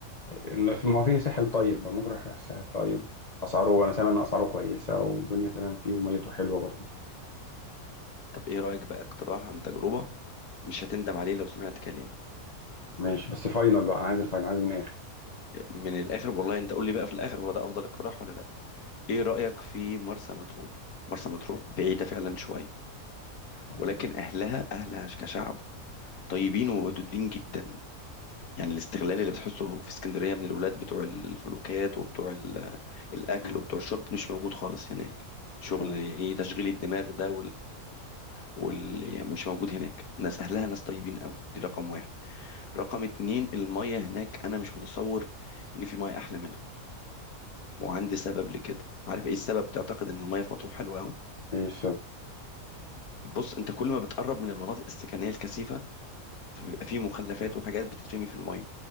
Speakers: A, on the left; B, on the left.
A: إن في- ما هو في ساحل طيب ممكن اروح الساحل الطيب اسعاره انا سامع ان اسعاره كويسه والدنيا تمام فيه وميته حلوه برضو
B: طب ايه رايك بقى اقتراح عن تجربه مش هتندم عليه لو سمعت كلامي
A: ماشي بس فاينل بقى انا عايز الفاينل عايز من الاخر
B: من الاخر والله انت قول لي بقى في الاخر هو ده افضل اقتراح ولا لا ايه رايك في مرسى مطروح مرسى مطروح بعيده فعلا شويه
A: آه.
B: ولكن اهلها اهلها كشعب طيبين وودودين جدا يعني الاستغلال اللي بتحسه في اسكندريه من الولاد بتوع الفلوكات وبتوع ال- الاكل
A: مم.
B: وبتوع الشرب مش موجود خالص هناك شغل
A: تمام
B: ايه تشغيل الدماغ ده واللي يعني مش موجود هناك ناس اهلها ناس طيبين قوي دي رقم واحد رقم اتنين المية هناك انا مش متصور ان في مية احلى منها وعندي سبب لكده عارف ايه السبب تعتقد ان المية في مطروح حلوه قوي
A: ايه السبب
B: بص انت كل ما بتقرب من المناطق السكنيه الكثيفه فبيبقى في مخلفات وحاجات بتترمي في المية